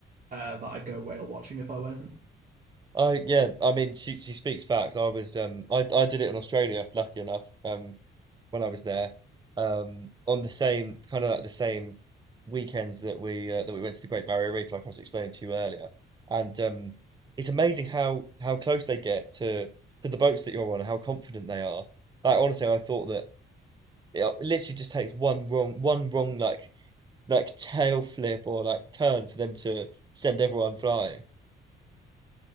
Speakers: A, on the right; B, on the right.
A: uh, that I go whale watching if I went.
B: I yeah. I mean, she she speaks facts. I was um I I did it in Australia, lucky enough. Um, when I was there, um, on the same kind of like the same weekends that we uh, that we went to the Great Barrier Reef, like I was explaining to you earlier. And um, it's amazing how how close they get to to the boats that you're on and how confident they are. Like honestly, I thought that it literally just takes one wrong one wrong like like tail flip or like turn for them to send everyone flying.